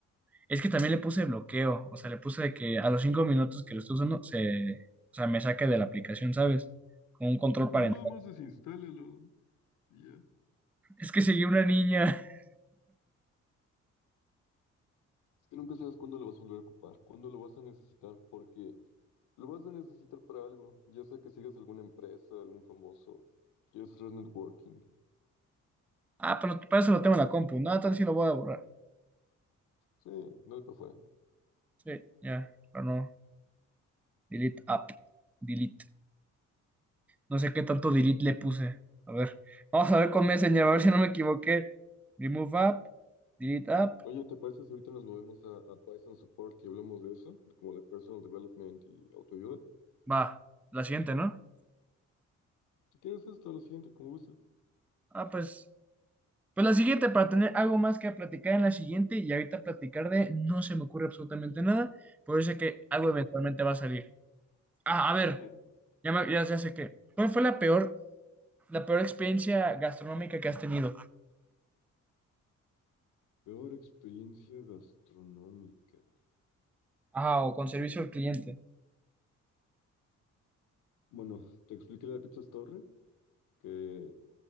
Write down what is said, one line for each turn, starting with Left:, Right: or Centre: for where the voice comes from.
Centre: es que también le puse bloqueo, o sea, le puse de que a los cinco minutos que lo estoy usando, se, o sea, me saque de la aplicación, ¿sabes? Con un control
Left: Pues
Centre: parental.
Left: nada más desinstálalo. Y ya.
Centre: Es que seguí una niña. <laughs>
Left: Es que nunca sabes cuándo lo vas a volver a ocupar, cuándo lo vas a necesitar, porque lo vas a necesitar para algo, ya sea que sigas alguna empresa, algún famoso, que quieres hacer networking.
Centre: Ah, pero para eso lo tengo en la compu. No, entonces sí lo voy a borrar.
Left: Sí, dale para afuera.
Centre: Sí, ya, pero no. Delete app. Delete. No sé qué tanto delete le puse. A ver, vamos a ver con Messenger, a ver si no me equivoqué. Remove app, delete app.
Left: Oye, ¿te parece si ahorita nos movemos a Advice and Support y hablamos de eso? De Como de Personal Development y autoayuda.
Centre: Va, la siguiente, ¿no?
Left: Si quieres esto, lo siguiente, como gustes.
Centre: Ah, pues. Pues la siguiente, para tener algo más que platicar en la siguiente, y ahorita platicar de no se me ocurre absolutamente nada, pero yo sé que algo
Left: Mm,
Centre: eventualmente va a salir. Ah, a ver,
Left: sí.
Centre: ya, me- ya, ya sé qué. ¿Cuál fue la peor, la peor experiencia gastronómica que has tenido?
Left: Peor experiencia gastronómica.
Centre: Ah, o con servicio al cliente.
Left: Bueno, te expliqué la de Pizzas Torre, que